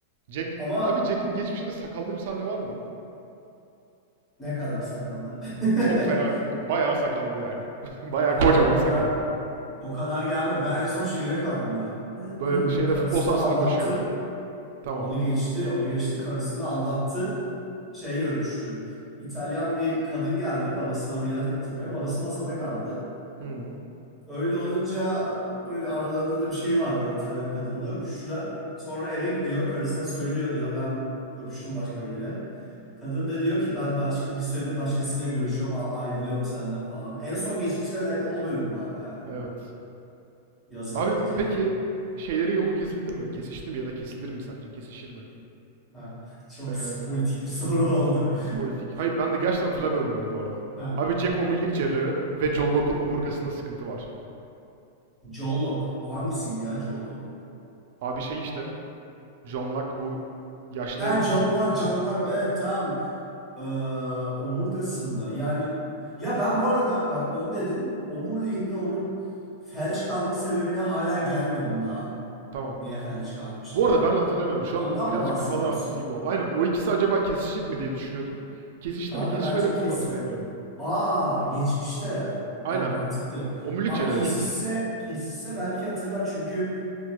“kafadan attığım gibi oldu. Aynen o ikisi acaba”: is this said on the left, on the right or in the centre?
Right